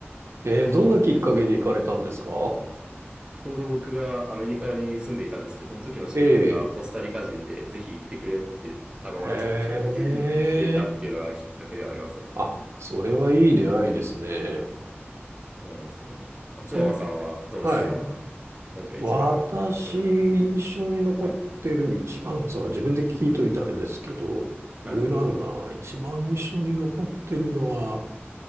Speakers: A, on the right; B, on the right.
A: ええ、
B: そうです。
A: どんなきっかけで行かれたんですか
B: ちょうど僕がアメリカに住んでいたんですけど、その時の親友がコスタリカ人でぜひ行ってくれって頼まれたので
A: ええ、へえ。
B: <laughs> 行ってみたっていうのがきっかけではありますね。
A: あ、それはいい出会いですね。
B: そうなんですよね。松山さんはどうですか
A: その、はい。
B: <laughs> なんか一番印象に残ってる。
A: 私、印象に残ってる一番、
B: はい。
A: そう自分で聞いといてあれですけど、いろいろあるな。
B: はい。
A: 一番印象に残ってるのは、